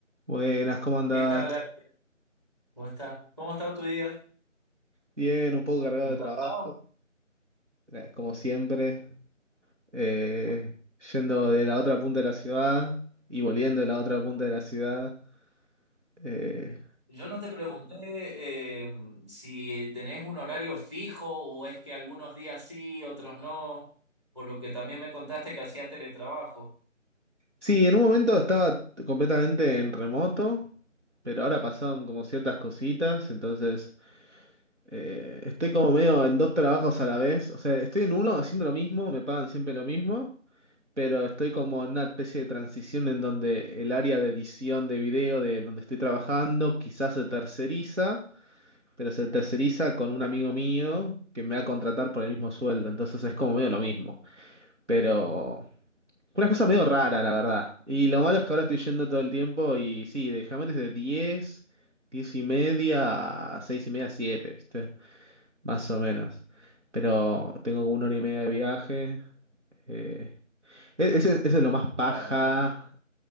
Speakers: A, on the right; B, on the right.
A: Buenas, ¿cómo andás?
B: ¿Qué tal, Ale? ¿Cómo estás? ¿Cómo ha estado tu día?
A: Bien, un poco cargado
B: ¿Muy
A: de
B: cansado?
A: trabajo, eh, como siempre, eh, yendo de la otra punta de la ciudad y volviendo de la otra punta de la ciudad. Eh,
B: Yo no te pregunté eh, si tenés un horario fijo o es que algunos días sí, otros no, por lo que también me contaste que hacías teletrabajo.
A: sí, en un momento estaba completamente en remoto, pero ahora pasaron como ciertas cositas, entonces eh, estoy como medio en dos trabajos a la vez, o sea, estoy en uno haciendo lo mismo, me pagan siempre lo mismo. pero estoy como en una especie de transición en donde el área de edición de video de donde estoy trabajando quizás se terceriza, pero se terceriza con un amigo mío que me va a contratar por el mismo sueldo, entonces es como medio lo mismo, pero una cosa medio rara, la verdad. Y lo malo es que ahora estoy yendo todo el tiempo y sí, déjame desde 10 10 y media a 6 y media, siete ¿viste? Más o menos. Pero tengo como una hora y media de viaje. eh, e- Ese, ese es lo más paja
B: Claro, ¿viste?